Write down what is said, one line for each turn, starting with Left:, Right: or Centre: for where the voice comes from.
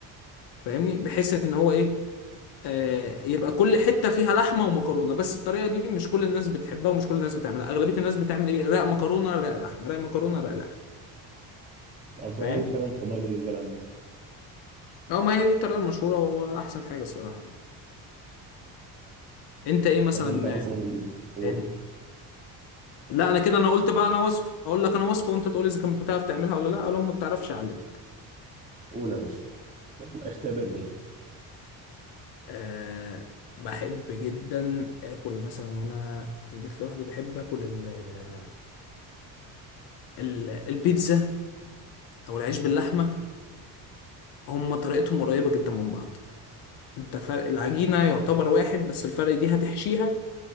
Left: فاهمني بحيث ان هو ايه آه، يبقى كل حته فيها لحمه ومكرونه بس الطريقه دي مش كل الناس بتحبها ومش كل الناس بتعملها اغلبيه الناس بتعمل ايه رق مكرونه رق لحمه رق مكرونه رق لحمه
Right: اه بصراحة
Left: فاهم
Right: دي الطريقة المفضلة بالنسبة لنا
Left: اه ما هي دي الطريقه المشهوره واحسن حاجه الصراحه يعني انت ايه مثلا
Right: طب انت مثلا
Left: آه،
Right: قول
Left: تاني لا انا كده انا قلت بقى انا وصفه اقول لك انا وصفه وانت تقول لي اذا كنت بتعرف تعملها ولا لا لو ما بتعرفش اعلمك
Right: قول يا باشا يلا اختبرني
Left: أه بحب جدا اكل مثلا وانا في البيت لوحدي بحب اكل ال- ال- البيتزا او العيش باللحمه هم طريقتهم قريبه جدا من بعض انت فرق العجينة يعتبر واحد بس الفرق دي هتحشيها